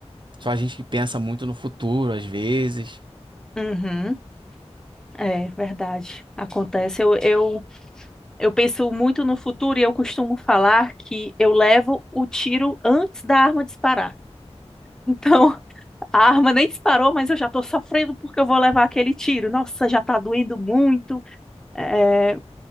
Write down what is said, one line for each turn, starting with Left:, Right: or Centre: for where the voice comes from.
Right: só a gente que pensa muito no futuro, às vezes.
Centre: uhum, é verdade, acontece. Eu, eu, eu penso muito no futuro e eu costumo falar que eu levo o tiro antes da arma disparar. <laughs> Então, A arma nem disparou, mas eu já estou sofrendo porque eu vou levar aquele tiro. Nossa, já está doendo muito. É,